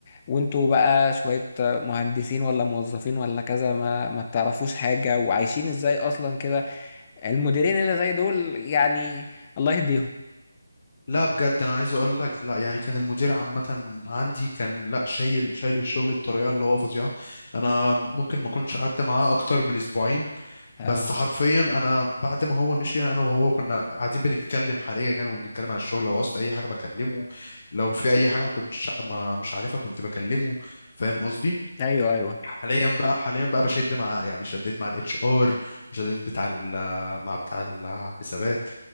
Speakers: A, on the left; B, on the left.
A: وانتوا بقى شوية مهندسين ولا موظفين ولا كذا ما ما بتعرفوش حاجة وعايشين ازاي اصلا كده المديرين اللي زي دول يعني الله يهديهم
B: لا بجد انا عايز اقول لك لا يعني كان المدير عامه عندي كان لا شايل شايل الشغل بطريقه اللي هو فظيعه انا ممكن ما كنتش قعدت معاه اكتر من اسبوعين
A: اه
B: بس حرفيا انا بعد ما هو مشي انا وهو كنا قاعدين بنتكلم حاليا وبنتكلم عن الشغل لو وصلت اي حاجه بكلمه لو في اي حاجه ما كنتش ما مش عارفها كنت بكلمه فاهم قصدي
A: ايوه ايوه
B: حاليا بقى حاليا بقى بشد مع يعني شديت مع الاتش ار وشديت بتاع ال- مع بتاع الحسابات